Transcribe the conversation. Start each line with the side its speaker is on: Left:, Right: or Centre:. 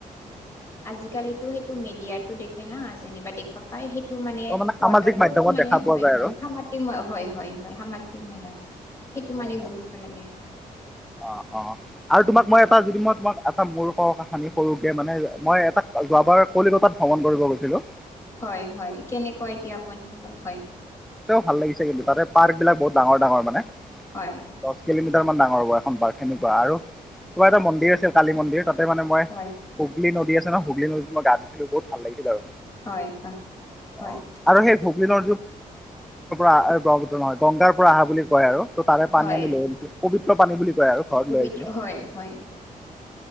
Left: আজিকালিতো সেইটো মিডিয়াতো দেখে না যেনিবা দেখা পায় সেই টো মানে
Centre: অঁ সামাজিক
Left: ৱাটাৰফল
Centre: মাধ্যমত
Left: মানে
Centre: দেখা পোৱা
Left: হয়
Centre: যায়
Left: হয়
Centre: আৰু
Left: হয় হয় হয় মেড সেইটো
Centre: হয়
Left: মানে
Centre: হয়
Left: বহুত ভাল লাগে।
Centre: অ', অ', আৰু
Left: উম
Centre: তোমাক মই এটা যদি মই তোমাক এটা মোৰ কও কাহানি। সৰুকে মানে মই এটা যোৱাবাৰ কলিকতাত ভ্ৰমণ কৰিব গৈছিলো।
Left: হয় হয়, কেনেকুৱা এতিয়া আপুনি, হয়।
Centre: ভাল লাগিছে কিন্তু, তাতে পাৰ্ক বিলক বহুত ডাঙৰ ডাঙৰ মানে,
Left: হয়
Centre: দশ কিলোমিটাৰ মান ডাঙৰ হ'ব এখন পাৰ্ক সেনেকুৱা, আৰু কিবা এটা মন্দিৰ আছিল কালি মন্দিৰ। তাতে মানে মই,
Left: হয়
Centre: হুগলী নদী আছে ন হুগলী নদীত মই গা ধই ছিলো দিছিলো বহুত ভাল লাগিছিল আৰু।
Left: হয়, হয়।
Centre: অ' <unintelligible> ব্ৰহ্মপুত্ৰৰ আহ ব্ৰহ্মপুত্ৰ নহয় গংগাৰ পৰা আহা বুলি কয় আৰু। ত' তাৰে পানী
Left: হয়
Centre: আমি লৈ
Left: হয়
Centre: আহিছোঁ। পবিত্ৰ পানী বুলি কয় আৰু ঘৰত
Left: পবিত্ৰ
Centre: লৈ আহিছিলোঁ।
Left: হয় হয়